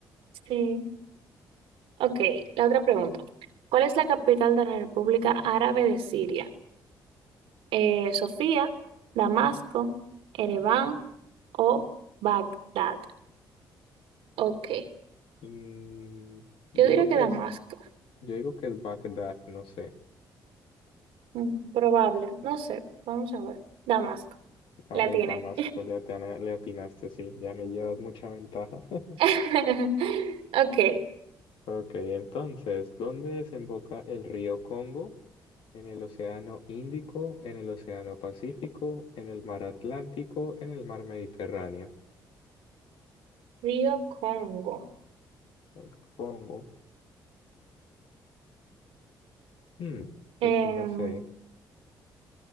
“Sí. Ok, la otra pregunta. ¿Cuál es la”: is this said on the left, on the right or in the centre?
Right